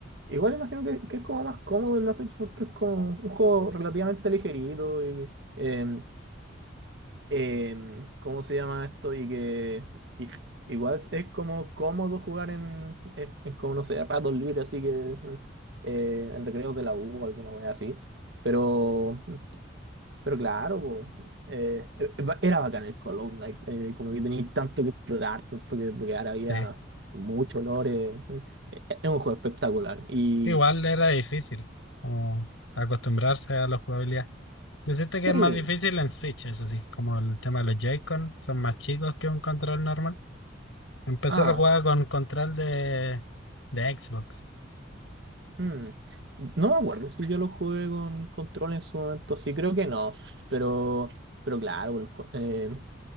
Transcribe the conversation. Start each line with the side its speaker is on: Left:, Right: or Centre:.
Right: igual imagino que, que es como más cómodo en la Switch porque es como un juego relativamente ligerito y, eh, em, ¿cómo se llama esto? Y que i- igual es como cómodo jugar en, eh, en como no sé, ratos libres, así que mm, eh, en recreos de la U o alguna wea así. Pero, mm, pero claro, po, eh, eh, ba- era bacán el Hollow Knight, eh, como que tenía tanto que explorar, tanto que desbloquear, había
Left: Sí.
Right: muchos olores. Es un juego espectacular. Y
Left: Igual era difícil como acostumbrarse a la jugabilidad. Yo siento
Right: sí,
Left: que es más difícil en Switch, eso sí. Como el tema de los Joy-Con son más chicos que un control normal. Empecé
Right: ah,
Left: la jugada con control de, de Xbox.
Right: Hmm, No me acuerdo si yo lo jugué con control en su momento, sí creo que no, pero, pero claro, eh,